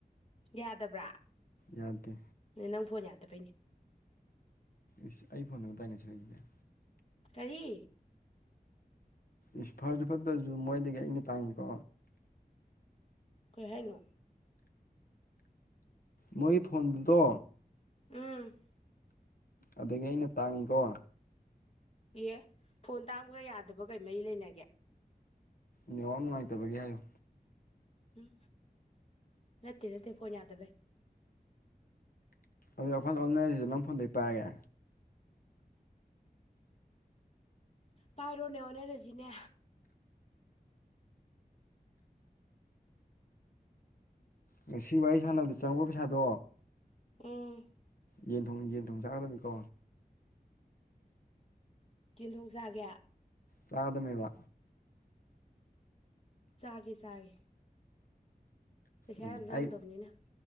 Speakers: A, on the left (about 40°); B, on the left (about 65°).
A: ꯌꯥꯗꯕ꯭ꯔꯥ
B: ꯌꯥꯗꯦ
A: ꯅꯪ ꯐꯣꯟ ꯌꯥꯗ ꯐꯩꯅꯦ
B: ꯏꯁ ꯑꯩ ꯐꯣꯟꯗ ꯑꯗꯨꯇꯥꯏꯅꯁꯨ ꯍꯥꯏꯁꯅꯦꯦ
A: ꯀꯔꯤ
B: ꯏꯁ ꯐꯔꯁꯨ ꯐꯠꯇ꯭ꯔꯁꯨ ꯃꯣꯏꯗꯒꯤ ꯑꯩꯅ ꯇꯥꯡꯉꯤꯀꯣ
A: ꯀꯩ ꯍꯥꯏꯅꯣ
B: ꯃꯣꯏ ꯐꯣꯟꯗꯨꯗꯣ
A: ꯎꯝ
B: ꯑꯗꯒꯤ ꯑꯩꯅ ꯇꯥꯡꯉꯤꯀꯣ
A: ꯑꯦ ꯐꯣꯟ ꯇꯥꯡꯕꯒ ꯌꯥꯗꯕ ꯀꯩ ꯃꯔꯤ ꯂꯩꯅꯒꯦ
B: ꯅꯤꯉ ꯅꯨꯡꯉꯥꯏꯇꯕꯒꯤꯦ ꯍꯥꯏꯌꯨ
A: ꯎꯝ ꯅꯠꯇꯟꯅꯠꯇ ꯄꯣ ꯆꯩꯥꯗꯕ
B: ꯑꯗꯨ ꯑꯩꯈꯥꯟ ꯑꯣꯟꯅꯔꯤꯁꯤꯗ ꯅꯪ ꯐꯣꯟꯗꯒꯤꯩꯥꯔꯒꯦ
A: ꯕꯥꯔꯣꯅꯦ ꯑꯣꯅꯦ ꯔꯖꯤꯅꯦ
B: ꯉꯁꯤ ꯋꯥꯔꯤ ꯑꯩ ꯁꯥꯟꯅꯕꯗ ꯆꯪꯛꯕ ꯄꯩꯁꯥꯗꯣ
A: ꯎꯝ
B: ꯌꯦ ꯌꯦꯟꯊꯣꯡ ꯆꯥꯛꯗꯅꯤꯀꯣ
A: ꯀꯤꯜꯍꯧ ꯆꯥꯒꯦ
B: ꯆ꯭ꯥꯒꯗꯃꯕ
A: ꯆꯥꯒꯦ ꯆꯥꯒꯦ ꯄꯩꯁꯥ
B: ꯎꯝ
A: ꯌꯥꯝ ꯆꯪꯗꯕꯅꯤꯅ
B: ꯑꯩ